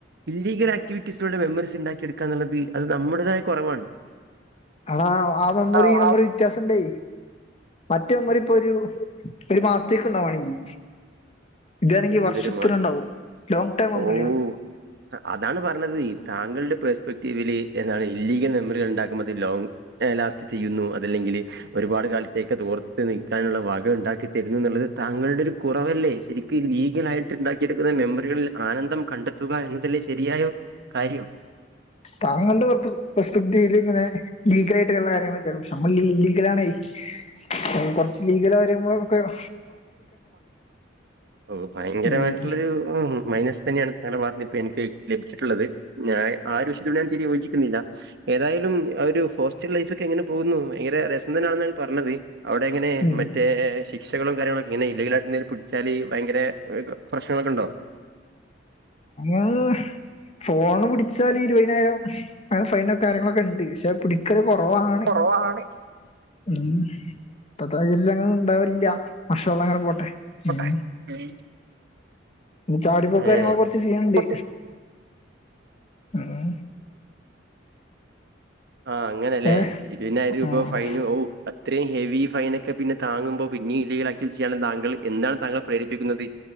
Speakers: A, on the right; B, on the left.
A: ഇല്ലീഗൽ ആക്ടിവിറ്റീസിലുടെ മെമ്മറീസ് ഉണ്ടാക്കിയെടുക്കാ എന്നുള്ളത് അത് നമ്മുടേതായ കുറവാണ്
B: ആട ആ മെമ്മറി
A: ആഹ്
B: ഈ മെമ്മറി വ്യത്യാസം ഉണ്ടേ മറ്റ മെമ്മറി ഇപ്പൊ ഒരു ഒരു മാസത്തേക്ക് ഉണ്ടാവണെങ്കി ഇതാണെങ്കി
A: എന്തൊരു
B: വർഷത്തിനുണ്ടാവും
A: മസ്
B: ലോങ്ങ് ടൈം മെമ്മറിയാണ്
A: ഓ അതാണ് പറഞ്ഞത് താങ്കളുടെ പേഴസ്പെക്റ്റീവില് എന്താണ് ഇല്ലീഗൽ മെമ്മറികൾ ഉണ്ടാക്കുമ്പോത്തേക്ക് ലോ ലാസ്റ്റ് ചെയ്യുന്നു അതല്ലെങ്കില് ഒരുപാട് കാലത്തേക്ക് അതോർത്ത് നിൽക്കാനുള്ള വക ഉണ്ടാക്കി തരുന്നു എന്നുള്ളത് താങ്കളുടെ ഒരു കുറവല്ലേ? ശരി ക്കും ലീഗല ആയിട്ട് ഉണ്ടാക്കിയെടുക്കുന്ന മെമ്മറികളിൽ ആനന്ദം കണ്ടെത്തുക എന്നതല്ലെ ശരിയായ കാര്യം
B: താങ്കളുടെ കുറ പ്രസ്പക്തിയില് ഇങ്ങനെ ലീഗല ആയിട്ട് ഉള്ള കാര്യങ്ങളൊക്ക പക്ഷെ നമ്മൾ ഇലീഗലണ് അ കൊറച്ച് ലീഗില് കാര്യങ്ങള ഒക്കെയും
A: ഓ ഭയങ്കരമായിട്ടുള്ളൊരു
B: ഉം
A: ഉം മൈനസ് തന്നെയാണ് ഞങ്ങടെ ഭാഗത്ത് നിന്ന് ഇപ്പ എനിക്ക് ലഭിച്ചിട്ടുള്ളത് ഞാൻ ആഹ് ഒരു വിഷയത്തിനോട് തീരി യോജിക്കുന്നില്ല ഏതായാലും ആ ഒരു ഹോസ്റ്റൽ ലൈഫ് ഒക്കെ എങ്ങനെ പോകുന്നു ഭയങ്കര രസം തന്നെയാണെന്നാണ് പറഞ്ഞത് അവിടെ എങ്ങനെ
B: ഉം
A: മറ്റേ ശിക്ഷകളും കാര്യങ്ങളൊക് ഇങ്ങനെ ഇല്ലീഗലായിട്ട് എന്തേലും പിടിച്ചാല് ഭയങ്കര പ്രശ്നങ്ങളൊക്കെ ഉണ്ടോ
B: അത് ഫോണ് പിടിച്ചാല് ഇരുപതിനായിരം അ ഫൈനും കാര്യങ്ങളൊക്കെ ഉണ്ട് പക്ഷെ പിടി ക്കല് കുറവാണ്
A: കുറവാണ്.
B: ഉം ഇപ്പതൈയിലാന്നു ഉണ്ടാവല ഇല്ല
A: ഉം,
B: മഷാഅള്ള അങ്ങനെ പോട്ടെ
A: പോട്ടെ.
B: ഉം
A: ഉം
B: ചായക്കൊടിയ്കോ കാര്യങ്ങൾ
A: ഏഹ്.
B: ഒക്കെ കൊറച്ച് ചെയ്യണ്ട്
A: കുറച്ച്
B: ഉം
A: ആഹ് അങ്ങനല്ലേ
B: ഏഹ്
A: ഇരുപതിനായിരം രൂപ
B: ഉം
A: ഫൈനും ഓ ഇത്രയും ഹെവി ഫൈനൊക്കെ പിന്നെ താങ്ങുമ്പോൾ പിന്നെയും ഇല്ലികൽ ആയിട്ട് ചെയ്യാനും താങ്കൾ എന്താണ് താങ്കൾ പ്രേരിപ്പിക്കുന്നത്